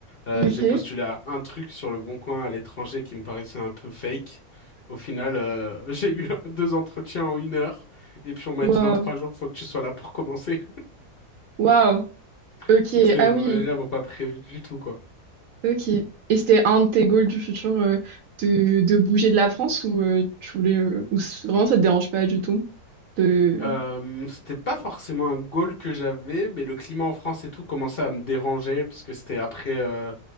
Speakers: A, on the left; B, on the right.
A: Euh,
B: Ok,
A: j'ai postulé à un truc sur le Bon Coin à l'étranger qui me paraissait un peu fake. Au final, euh, <laughs> j'ai eu deux entretiens en une heure et puis on m'a
B: waouh,
A: dit dans trois jours, faut que tu sois là pour commencer.
B: waouh,
A: <laughs>
B: ok,
A: Donc c'était
B: ah
A: vraiment
B: oui,
A: pas prévu du tout, quoi.
B: ok. Et c'était un de tes goals du futur euh, de, de bouger de la France ou euh, tu voulais... euh, ou c- vraiment ça te dérange pas du tout de...
A: Euh, c'était pas forcément un goal que j'avais, mais le climat en France et tout commençait à me déranger parce que c'était après euh,